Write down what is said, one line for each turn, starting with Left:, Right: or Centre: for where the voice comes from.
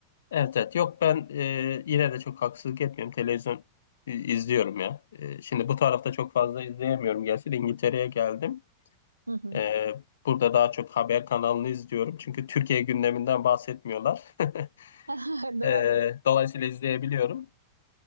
Left: Evet evet. Yok ben e, yine de çok haksızlık etmiyorum. Televizyon i- izliyorum ya. E, şimdi bu tarafta çok fazla izleyemiyorum. Gerçi de İngiltere'ye geldim.
Right: Hı hı.
Left: E, burada daha çok haber kanalını izliyorum. Çünkü Türkiye gündeminden bahsetmiyorlar. <laughs>
Right: <laughs> Değil
Left: E,
Right: mi?
Left: dolayısıyla izleyebiliyorum.